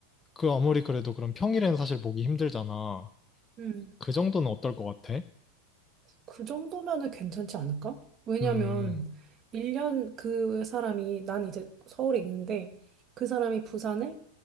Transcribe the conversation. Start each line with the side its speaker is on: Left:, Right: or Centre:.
Left: 그 아무리 그래도 그럼 평일엔 사실 보기 힘들잖아.
Right: 음.
Left: 그 정도는 어떨 것 같아?
Right: 그 정도면은 괜찮지 않을까? 왜냐면
Left: 음,
Right: 1년 그 사람이 난 이제 서울에 있는데 그 사람이 부산에